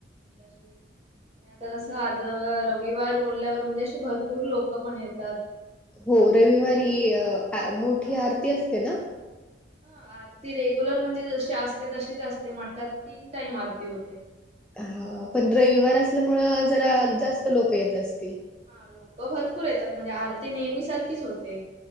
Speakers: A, on the right; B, in the centre.
A: आणि आता कसं आज रविवार बोलल्यावर म्हणजे अशी भरपूर लोक पण येतात.
B: हो
A: गरज
B: रविवारी
A: पण असते.
B: मोठी आरती असते ना.
A: ह आरती रेग्युलर म्हणजे जशी असते तशीच असते मठात तीन टाइम आरती होते.
B: हा पण रविवार
A: हा
B: असल्या मुळ जरा जास्त लोक येत असतील.
A: हा लोक भरपूर येतात म्हणजे आरती नेहमी सारखीच होते.